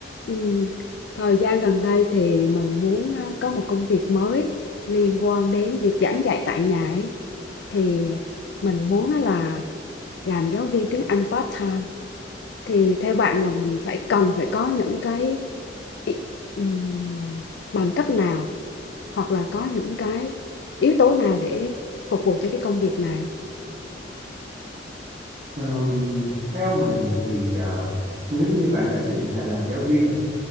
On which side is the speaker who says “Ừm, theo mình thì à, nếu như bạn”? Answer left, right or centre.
Right